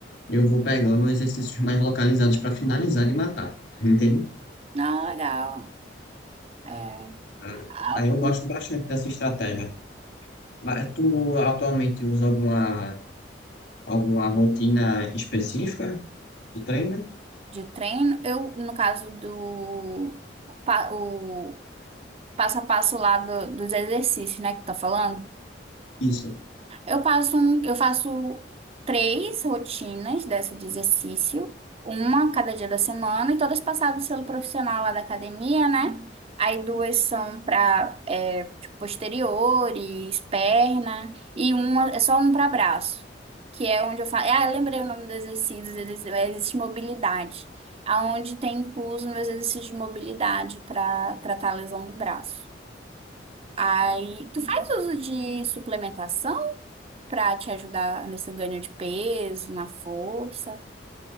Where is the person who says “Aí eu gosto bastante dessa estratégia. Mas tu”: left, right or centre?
Left